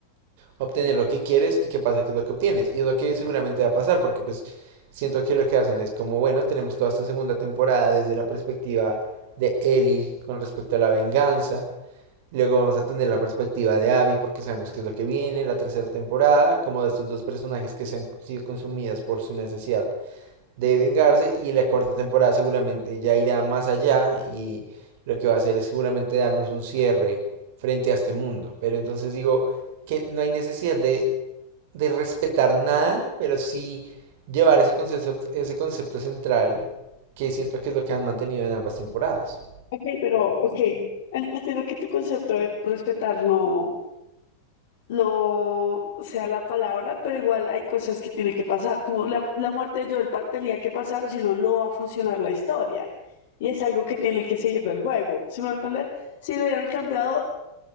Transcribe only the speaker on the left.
Ok, pero, ok, en- entiendo que tu concepto de respetar no, no sea la palabra, pero igual hay cosas que tienen que pasar, como la, la muerte de Joel Pat tenía que pasar, si no, no va a funcionar la historia. Y es algo que tiene que seguir del juego, ¿sí me van a entender? Si lo hubieran cambiado,